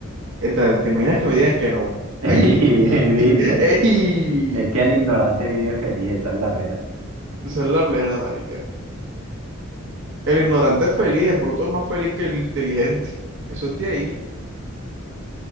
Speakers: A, on the right; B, on the right.
A: Esta, ¿Te imaginas que me digan que no?
B: <laughs> ¿Viste?
A: ¡Ay! <laughs> ¡Ey!
B: Es que el ignorante vive feliz, esa es la plena.
A: Esa es la plena, marica. El ignorante es feliz, el bruto es más feliz que el inteligente. Eso es de ahí.